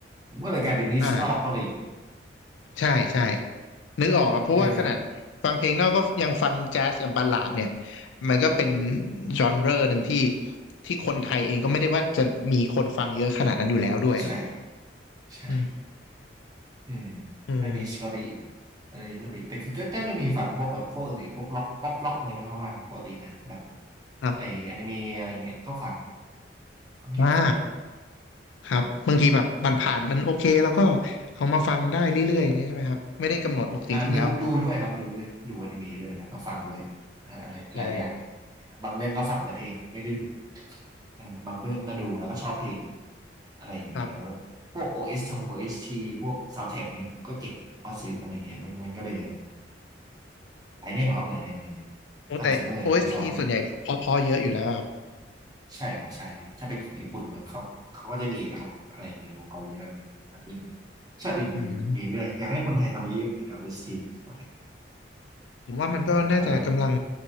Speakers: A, on the right; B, on the left.
A: ผมก็เลยกลายเป็นนิชนอกก็ไปอีก
B: อ่าใช่ใช่นึกออกอะเพราะว่าขนาดฟังเพลงนอกก็ยังฟังแจ๊สกับบัลลาดเนี่ย
A: เออ
B: มันก็เป็นจอนเรอหนึ่งที่ที่คนไทยเองก็ไม่ได้ว่าจะมีคนฟังเยอะขนาดนั้นอยู่แล้วด้วยอะ
A: ใช่ใช่
B: อืม
A: เออ
B: อืม
A: แล้วนิชก็ไปอีกอันนี้ก็ไปอีกแต่คือก็ก็ก็มีฟังพวกแบบพวกอื่นๆพวกล็อกป๊อปล็อกอะไรเงี้ยก็ฟังปกตินะแบบ
B: ครับ
A: ไออนิเมะอะไรเงี้ยก็ฟังฟังเยอะฟังเยอะ
B: อ่าครับบางทีแบบมันผ่านมันโอเคแล้วก็เอามาฟังได้เรื่อยๆอย่างเงี้ยใช่ไหมครับไม่ได้กำหนดหรอกจริงๆแล้ว
A: อ่าดูดูด้วยครับดูด้วยดูอนิเมะด้วยนะก็ฟังด้วยอ่าอะไรหลายอย่าง
B: อ๋อ
A: บางเรื่องก็ฟังแต่เพลงไม่ได้ดู อ่าบางเรื่องก็ดูแล้วก็ชอบเพลงอะไรอย่างเงี้ยแบบพวก
B: ครับ
A: OS ชงโอเอส s t พวกซาว n d t ท a c k อะไรอย่างเงี้ยผมก็เก็บผมก็ซื้ออะไรเงี้ยมันมันก็เลยหลายแนวครับหลายแนวหลายแนว
B: โอ้แต่
A: ฮันซิเมอร์อันนี้ก็ชอบนะ
B: OST สทีส่วนใหญ่เพอๆเยอะอยู่แล้วครับ
A: ใช่ครับใช่ครับถ้าเป็นของญี่ปุ่นมันเขาเขาก็จะมีนะครับอะไรอย่างเงี้ยของเกาหลีแบบอื่ชาติอื่นมีมีไม่เลยอยากให้คนไทยทำเยอะๆเหมือนกันนะ
B: อืม
A: OST ซาวดท็ก
B: ผมว่ามันก็น่าจะกำลัง
A: อ่าฮานอย